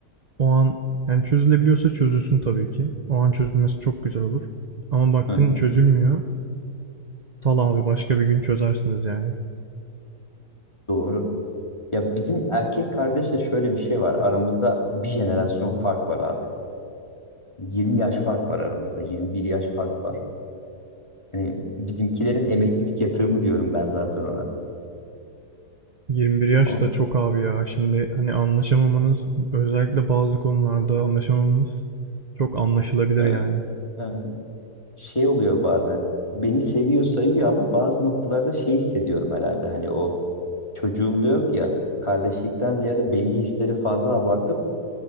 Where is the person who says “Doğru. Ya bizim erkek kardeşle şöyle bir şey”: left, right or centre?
Left